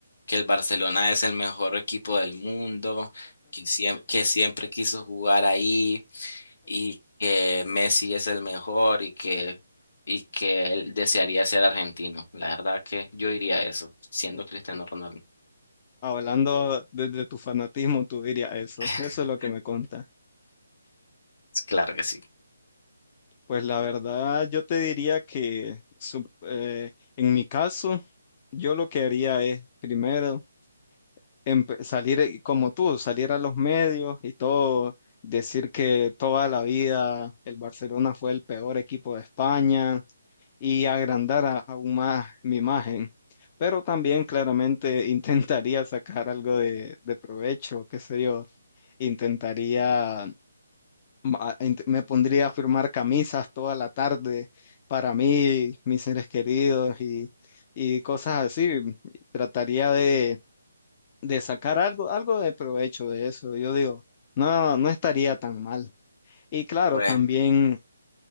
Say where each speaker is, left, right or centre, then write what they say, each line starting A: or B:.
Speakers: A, on the left; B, on the left.
A: que el Barcelona es el mejor equipo del mundo, que, siem- que siempre quiso jugar ahí y que Messi es el mejor y que, y que él desearía ser argentino. La verdad que yo diría eso, siendo
B: <laughs>
A: Cristiano Ronaldo.
B: Hablando desde tu fanatismo, tú dirías eso.
A: <laughs>
B: Eso es lo que me conta.
A: Claro que sí.
B: Pues la verdad, yo te diría que su- eh, en mi caso, yo lo que haría es primero empe- salir eh, como tú, salir a los medios y todo, decir que toda la vida el Barcelona fue el peor equipo de España y agrandar a- aún más mi imagen. Pero también claramente <laughs> intentaría sacar algo de, de provecho, qué sé yo, intentaría ma- ent- Me pondría a firmar camisas toda la tarde para mí, mis seres queridos y, y cosas así. Trataría de, de sacar algo, algo de provecho de eso. Yo digo, no, no estaría tan mal. Y claro,
A: Pues,
B: también,